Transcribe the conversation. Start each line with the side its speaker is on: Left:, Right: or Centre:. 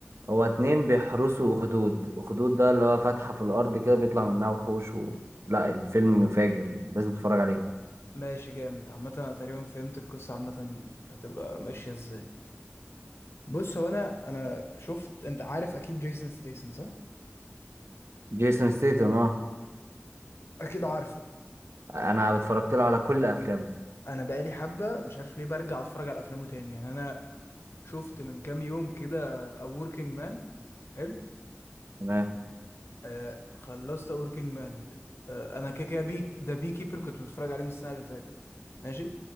Right: هو اتنين بيحرسوا اخدود اخدود ده اللي هو فتحة في الارض كده بيطلع منها وحوش و... لا الفيلم فاجر لازم تتفرج عليه
Left: ماشي جامد عامه انا تقريبا فهمت القصه عامه هتبقى ماشيه ازاي بص هو انا انا شفت انت عارف اكيد جيسون ستيسن صح
Right: جيسون ستيتم اه
Left: اكيد عارفه
Right: انا اتفرجت له على كل افلامه
Left: انا بقالي حبه مش عارف ليه برجع اتفرج على افلامه تاني يعني انا شفت من كام يوم كده A Working Man حلو
Right: تمام.
Left: آه خلصت وركينج مان آه انا كده كده بيك ذا بي كيبر كنت متفرج عليه من السنه اللي فاتت ماشي